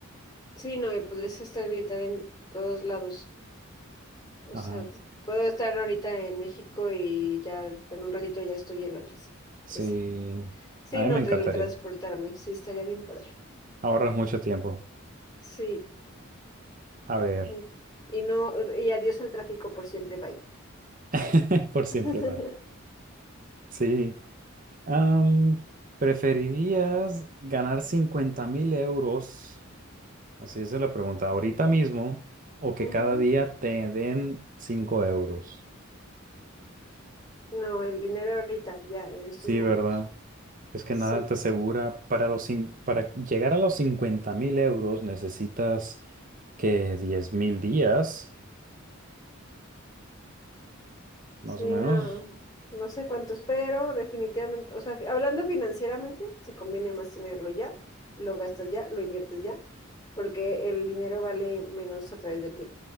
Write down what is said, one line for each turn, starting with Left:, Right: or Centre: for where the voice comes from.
Left: sí, no, y podrías estar gritar en todos lados. O
Right: Ajá.
Left: sea, puedo estar ahorita en México y ya en un ratito ya estoy en Londres.
Right: Sí.
Left: Ya sí. Sí,
Right: A mí
Left: no,
Right: me encantaría.
Left: teletransportarme. Sí, estaría bien padre.
Right: Ahorras mucho tiempo.
Left: Sí,
Right: A ver,
Left: mucho. Y no, y adiós al tráfico por siempre, bye.
Right: <laughs> por siempre,
Left: <laughs>
Right: bye. Sí. Am, ¿preferirías ganar cincuenta mil euros? Así es la pregunta. ¿Ahorita mismo o que
Left: Ujú.
Right: cada día te den 5 euros?
Left: No, el dinero ahorita, ya, en estos
Right: Sí,
Left: momentos.
Right: ¿verdad? Es que
Left: Sí,
Right: nada te asegura, para los, cin- para llegar a los cincuenta mil euros necesitas que diez mil días, más
Left: sí,
Right: o menos.
Left: no, no sé cuántos, pero definitivamente, o sea, fi- hablando financieramente, se conviene más tenerlo ya, lo gastas ya, lo inviertes ya, porque el dinero vale menos a través del tiempo.